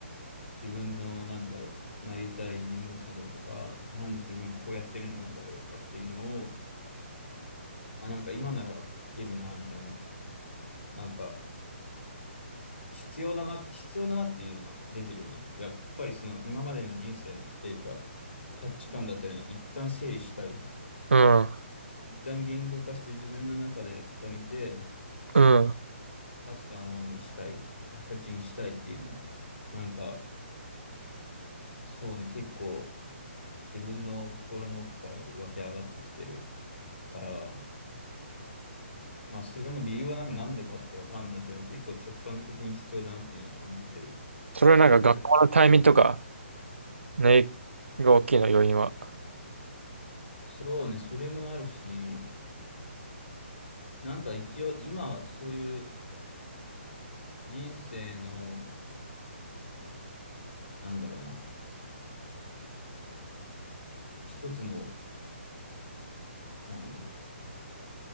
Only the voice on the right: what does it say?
うん、
うん。
それはなんか学校のタイミングとか、
ね、が大きいの、要因は。